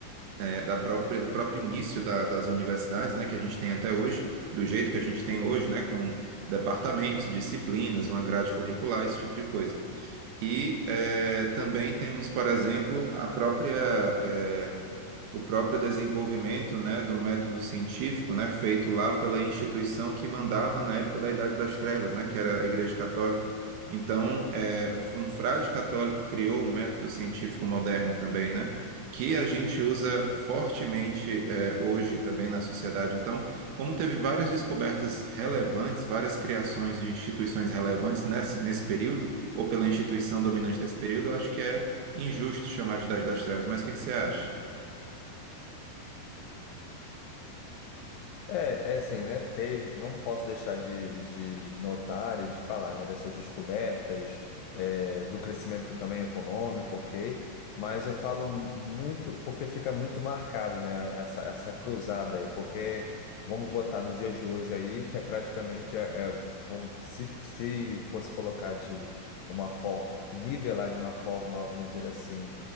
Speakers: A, on the right; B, on the left.
A: eh, da própria, do próprio início da- das universidades, né, que a gente tem até hoje, do jeito que a gente tem hoje, né, com departamentos, disciplinas, uma grade curricular, esse tipo de coisa. E eh, também temos, por exemplo, a própria é, o próprio desenvolvimento, né, do método científico, né, feito lá pela instituição que mandava na época da Idade das Trevas, né, que era a Igreja Católica. Então, é, um frade católico criou o método científico moderno também, né, que a gente usa fortemente é, hoje também na sociedade. Então, como teve várias descobertas relevantes, várias criações de instituições relevantes nesse, nesse período, ou pela instituição dominante desse período, eu acho que é injusto chamar de Idade das Trevas. Mas o que que você acha?
B: É, é assim, né? Teve, não posso deixar de, de notar e de falar, né, dessas descobertas, é, do crescimento também econômico, ok? Mas eu falo muito porque fica muito marcado, né, essa, essa cruzada aí, porque vamos botar nos dias de hoje aí, <laughs> é praticamente, é, é, vamos- se, se fosse colocar de uma forma, nivelar de uma forma, vamos dizer assim